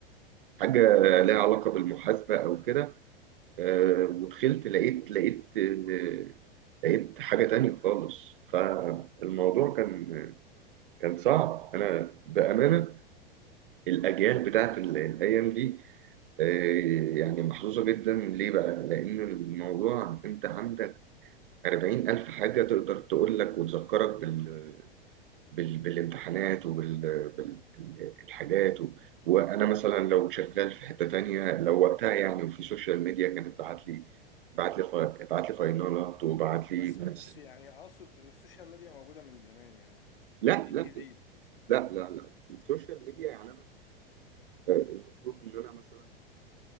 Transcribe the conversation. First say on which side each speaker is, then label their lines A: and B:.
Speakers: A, on the right; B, on the left.
A: حاجة لها علاقة بالمحاسبة أو كده آه، ودخلت لقيت لقيت آه، لقيت حاجة تانية خالص فالموضوع كان كان صعب أنا بأمانة الأجيال بتاعت الأيام دي إيه يعني محظوظة جدا ليه بقى؟ لأن الموضوع أنت عندك أربعين ألف حاجة تقدر تقول لك وتذكرك بال... بال... بالامتحانات وبالحاجات وبال... بال- ال- الحاجات و... وأنا مثلا لو شغال في حتة تانية لو وقتها يعني وفي سوشيال ميديا كانت بعت لي بعت لي ف... بعت لي فاينالات وبعت لي
B: بس
A: بس
B: بس يعني اقصد ان السوشيال ميديا موجودة من زمان يعني
A: لا
B: ايه
A: لا
B: الجديد
A: لا لا لا السوشيال ميديا يعني أنا آه، المفروض إن أنا مثلا